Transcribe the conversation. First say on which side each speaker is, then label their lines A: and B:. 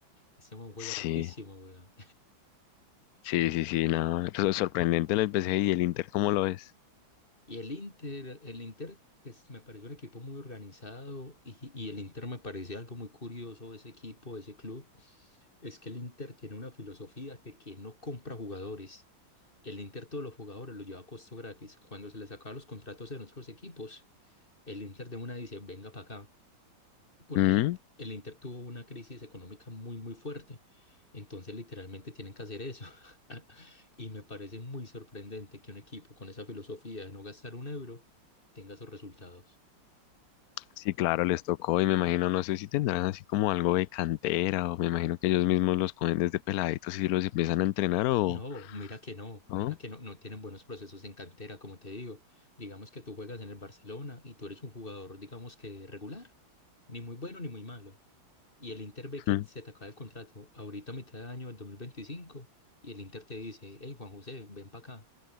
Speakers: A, on the left; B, on the left.
A: ese man juega
B: Sí,
A: hartísimo, weón.
B: sí,
A: <laughs>
B: sí, sí, no. Eso es sorprendente el PSG y el Inter, ¿cómo lo ves?
A: Y el Inter, el Inter, pues me pareció un equipo muy organizado y, y el Inter me parecía algo muy curioso, ese equipo, ese club, es que el Inter tiene una filosofía de que no compra jugadores. El Inter todos los jugadores los lleva a costo gratis. Cuando se les acaban los contratos en otros equipos, el Inter de una dice, venga para acá porque
B: ¿Mm?
A: el, Int- el Inter tuvo una crisis económica muy, muy fuerte. Entonces, literalmente tienen que hacer eso. <laughs> Y me parece muy sorprendente que un equipo con esa filosofía de no gastar un euro tenga esos resultados.
B: Sí, claro, les tocó y me imagino, no sé si tendrán así como algo de cantera o me imagino que ellos mismos los cogen desde peladitos y los empiezan a entrenar o
A: No, mira que no,
B: no.
A: mira que no, no tienen buenos procesos en cantera, como te digo. Digamos que tú juegas en el Barcelona y tú eres un jugador, digamos que regular, ni muy bueno ni muy malo. Y el Inter ve que
B: Mm.
A: se te acaba el contrato ahorita a mitad de año del 2025 y el Inter te dice, hey Juan José, ven para acá